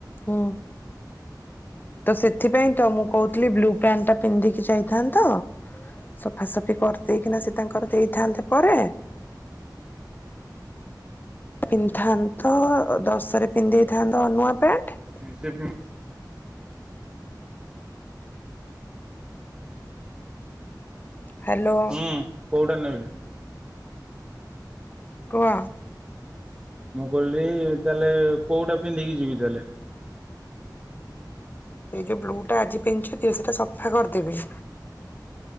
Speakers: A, on the left; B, on the right.
A: ହୁଁ। ତ ସେଥିପାଇଁ ତ ମୁଁ କହୁଥିଲି ବ୍ଲୁ ପ୍ୟାଣ୍ଟ ଟା ପିନ୍ଧିକି ଯାଇଥାନ୍ତ ସଫାସଫି କରିଦେଇକିନା ସେ ତାଙ୍କର ଦେଇଥାନ୍ତେ ପରେ ପିନ୍ଧିଥାନ୍ତ, ଦଶରେ ପିନ୍ଧିଦେଇଥାନ୍ତ ନୂଆ ପ୍ୟାଣ୍ଟ
B: ସେଫ
A: ହ୍ୟାଲୋ
B: ହୁଁ କୋଉଟା ନେବି?
A: କୁହ।
B: ମୁଁ କହିଲି ତାହେଲେ କୋଉଟା ପିନ୍ଧିକି ଯିବି ତାହେଲେ?
A: ସେଇ ଯୋଉ ବ୍ଲୁ ଟା ଆଜି ପିନ୍ଧିଚ ସେଇଟା ସଫା କରିଦେବି।